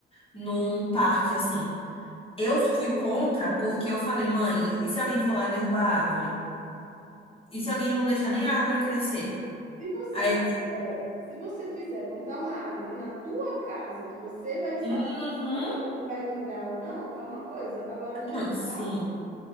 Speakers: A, on the left (about 30°); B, on the right (about 40°).
A: num parque assim. Eu fui contra porque eu falei, mãe, e se alguém for lá e derrubar a árvore? E se alguém não deixar nem a árvore crescer?
B: Se você
A: Aí,
B: fizer, se você fizer plantar uma árvore na tua casa, que você vai saber
A: uhum,
B: se ela vai vingar ou não, é uma coisa. Agora,
A: <laughs>
B: num
A: sim.
B: parque,